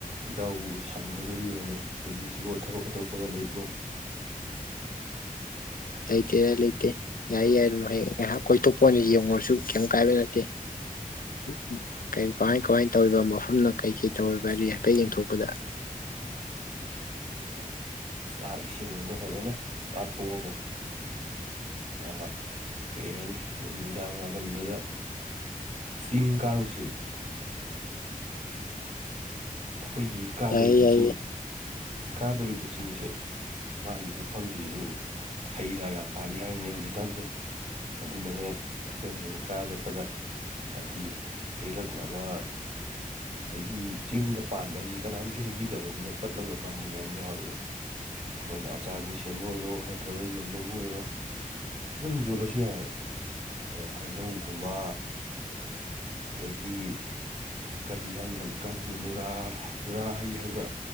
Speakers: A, on the right; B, on the left.
A: ꯏꯇꯥꯎꯕꯨ ꯁꯪꯒꯗꯣꯔꯤꯕ꯭ꯔꯅꯦ ꯍꯌꯦꯡꯁꯤꯕꯨ ꯊꯕꯛ ꯑꯇꯣꯞꯄꯒ ꯂꯩꯕ꯭ꯔꯣ
B: ꯂꯩꯇꯦꯗ ꯂꯩꯇꯦ ꯌꯥꯏ ꯌꯥꯏ ꯑꯗꯨꯝ ꯉꯥꯏꯍꯥꯛ ꯀꯣꯏꯊꯣꯛꯄ ꯑꯣꯏꯅ ꯌꯦꯡꯉꯨꯔꯁꯨ ꯀꯦꯝ ꯀꯥꯏꯕ ꯂꯩꯇꯦ ꯎꯝ ꯀꯦꯝ ꯀꯃꯥꯏ ꯀꯃꯥꯏ ꯇꯧꯔꯤꯕ ꯃꯐꯝꯅ ꯀꯩ ꯀꯩ ꯇꯧꯔꯤꯕ ꯍꯥꯏꯗꯤ ꯍꯥꯏꯐꯦꯠ ꯌꯦꯡꯊꯣꯛꯄꯗ
A: <inaudible> ꯍꯣꯏ ꯆꯥꯛ ꯏꯁꯤꯡ ꯑꯃ ꯐꯖꯅ ꯆꯥꯊꯣꯛꯑꯒ ꯑ ꯑꯥ ꯀꯩ ꯍꯥꯏꯅꯤ ꯅꯨꯃꯤꯗꯥꯡ ꯋꯥꯏꯔꯝꯗꯨꯗ ꯆꯤꯡ ꯀꯥꯔꯨꯁꯦ ꯑꯩꯈꯣꯏꯒꯤ ꯀꯥꯗꯣꯔꯤꯕ
B: ꯌꯥꯏꯌꯦ ꯌꯥꯏꯌꯦ
A: ꯆꯤꯡꯖꯦ ꯀꯥꯗꯣꯔꯤꯕ ꯆꯤꯡꯁꯦ ꯃꯥꯒꯤ ꯃꯐꯝꯁꯤꯁꯨ ꯍꯩ ꯔꯥ ꯌꯥꯝ ꯄꯥꯜꯂꯤ ꯍꯥꯏꯅꯦ ꯍꯧꯖꯤꯛꯀꯥꯟꯁꯦ ꯑꯗꯨꯅꯅꯦ ꯑꯩꯈꯣꯏꯅ ꯍꯌꯦꯡ ꯀꯥ ꯆꯠꯄꯗ ꯍꯥꯏꯗꯤ ꯍꯦꯛꯂꯛꯅꯕ ꯍꯥꯏꯗꯤ ꯆꯤꯡꯗ ꯄꯥꯟꯕ ꯍꯥꯏꯁꯤ ꯀꯅꯥꯝꯁꯨ ꯍꯦꯛꯄꯤꯗꯕꯅꯤꯅ ꯄꯠꯂꯒ ꯃꯥꯡꯕ ꯃꯌꯥꯝ ꯌꯥꯎꯌꯦꯕ ꯍꯣꯏꯅ ꯑꯆꯥꯔꯕꯨ ꯁꯦꯝꯕ ꯑꯣꯏꯔꯣ ꯅꯠꯇ꯭ꯔꯒ ꯌꯣꯟꯕꯕꯨ ꯑꯣꯏꯔꯣ ꯑꯗꯨꯝ ꯌꯣꯜꯂꯁꯨ ꯌꯥꯏꯌꯦꯕ ꯑ ꯍꯩꯅꯧꯒꯨꯝꯕ ꯑꯗꯒꯤ ꯀꯔꯤ ꯍꯥꯏꯅꯤ ꯍꯧꯖꯤꯛꯀꯥꯟꯒꯤ ꯅꯨꯠ__ ꯔꯥꯟ ꯅꯨꯔꯥ ꯍꯩ ꯍꯥꯏꯕ꯭ꯔꯥ